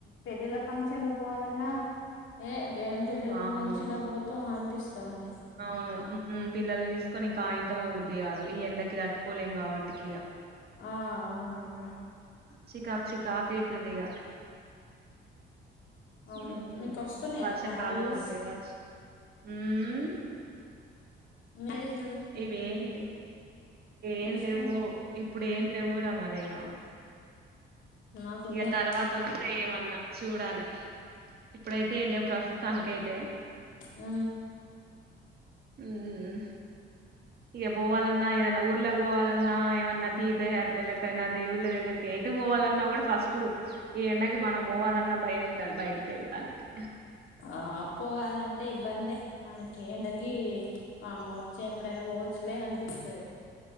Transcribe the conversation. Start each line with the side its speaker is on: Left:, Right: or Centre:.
Left: పెళ్ళిల ఫంక్షన్ పోవాలన్నా ఏ ఏం పిళ్ళికి
Right: వామ్మో
Left: ఫంక్షన్ పోతాం అ కనిపిస్తుంది
Right: అవును పిల్లల్ని తీసుకొని ఇంకా ఆయంత పోవుద్ది కాదు ఈ ఎండకి తట్టుకోలేం కాబట్టికి
Left: ఆ అవునక్క
Right: చికాక్ చికాక్ అయితాదిక
Left: అవును
Right: ఉమ్
Left: మీకొస్తున్నాయా
Right: వర్షాకాలం
Left: మ్యారేజెస్
Right: మొత్తె వర్ష ఉమ్
Left: మీర్
Right: ఇవేం లేవు ఏం
Left: నెక్స్ట్
Right: లేవు
Left: మంత్
Right: ఇప్పుడు ఏం లేవురా మరియ్యా
Left: నాకున్నాయి
Right: ఇక తర్వాత వస్తే అన్నా చూడాలి ఇప్పుడైతే ఇండియ ప్రస్తుతానికిైతే త్
Left: ఆ
Right: ఉహ్ ఇక పోవాలన్న ఏ వన్నా ఊర్లకు పోవాలన్నా ఏమన్నా తీర్థయాత్ర ఎయినా దేవుళ్ళ దగ్గరకి ఎటు పోవాలన్నా కూడా ఫస్టు ఈ ఎండకి మనం బోవాలన్న భయం అవుతంది బయటికి వెళతానికి
Left: ఆ పోవాలంటే ఇబ్బందిే మనకి ఎండకి వామ్మె చె ఎప్పుడైనా పోవచ్చులే అనిపిస్తది